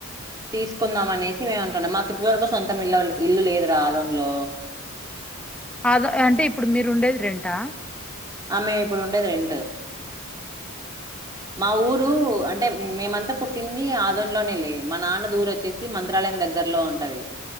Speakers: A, on the right; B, in the centre.
A: తీసుకుందాం అనేసి మేమ అనుకున్నాం మ ఇప్పడి వరకు సొంతం ఇల్లల్ ఇల్లు లేదురా ఆదోన్లో.
B: అద అంటే ఇప్పుడు మీరు ఉండేది రెంటా?
A: ఆ మేము ఇప్పుడు ఉండేది రెంట్. మా ఊరు అం టే మేమంతా పుట్టింది ఆదోన్లోనే లే మా నాన్నది ఊరు వచ్చేసి మంత్రాలయం దగ్గరలో ఉంటది.